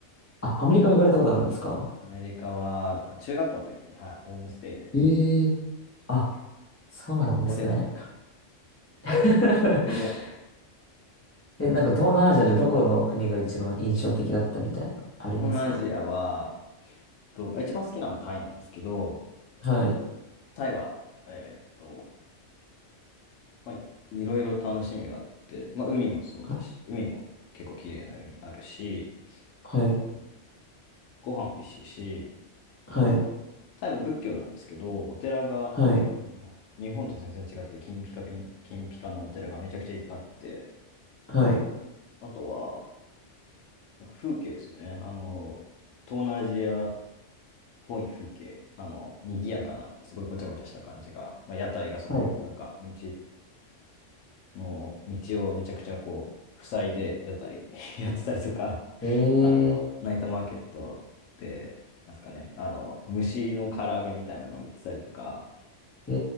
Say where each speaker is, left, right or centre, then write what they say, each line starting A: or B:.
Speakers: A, on the left (about 20°); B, on the left (about 85°).
A: あ、アメリカも行かれたことあるんですか
B: アメリカは、あ中学校の時に、はい、ホームステイで、
A: えー、あ、
B: はい
A: そうなんですね。
B: 旅行ではないか。
A: <laughs>
B: ここではないな。
A: え、なんか東南アジアでどこの国が一番印象的だったみたいな、ありますか
B: 東南アジアは、と、一番好きなのはタイなんですけど、
A: はい。
B: タイは、えーっと、まあ、いいろいろ楽しみがあって、まあ、海もそうだし、
A: は、
B: 海も結構綺麗な海あるし、
A: はい。
B: あの、ご飯美味しいし、
A: はい。
B: と、タイも仏教なんですけど、お寺が、
A: はい。
B: あの、日本と全然違って、金ピカピン、金ピカのお寺がめちゃくちゃいっぱいあって、
A: はい。
B: あとは、なんか風景ですよね。あの、東南アジアぽい風景、あの、賑やかな、すごいごちゃごちゃした感じが、まあ、屋台がその辺のなんか、
A: はい。
B: 道の、道をめちゃくちゃこう、塞いで屋台 <laughs> やってたりとか、
A: え
B: あの、ナイトマーケットで、なんですかね、あの、虫の唐揚げみたいなのを売ってたりとか、
A: ー、え